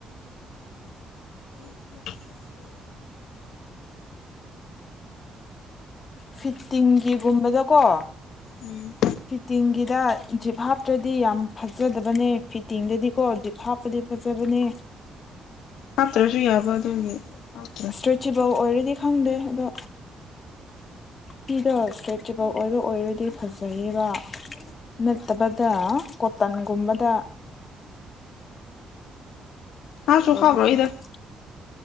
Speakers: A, on the left; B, on the left.
A: <inaudible>
B: ꯐꯤꯞꯇꯤꯟꯒꯤ ꯒꯨꯝꯕꯗꯀꯣ
A: ꯎꯝ
B: ꯇꯤꯟꯒꯤꯗ ꯖꯤꯞ ꯍꯥꯞꯇ꯭ꯔꯗꯤ ꯌꯥꯝ ꯐꯖꯗꯕꯅꯦ ꯐꯤꯠꯇꯤꯡꯒꯤꯗꯤꯀꯣ ꯖꯤꯞ ꯍꯥꯞꯄꯗꯤ ꯐꯖꯕꯅꯦ
A: ꯍꯥꯞꯇ꯭ꯔꯁꯨ ꯌꯥꯕ ꯑꯗꯨꯒꯤ ꯍꯥꯞꯇ꯭ꯔꯦ
B: ꯏꯁꯇ꯭ꯔꯦꯠꯆꯦꯕꯜ ꯑꯣꯏꯔꯗꯤ ꯈꯪꯗꯦ ꯑꯗꯣ ꯐꯤꯗꯣ ꯏꯁꯇ꯭ꯔꯦꯠꯆꯦꯕꯜ ꯑꯣꯏꯔꯣ ꯑꯣꯏꯔꯗꯤ ꯐꯖꯩꯌꯦꯕ ꯅꯠꯇꯕꯗ ꯀꯣꯇꯟꯒꯨꯝꯕꯗ
A: ꯍꯥꯞꯁꯨ
B: <unintelligible>
A: ꯍꯥꯞꯔꯣꯏꯗ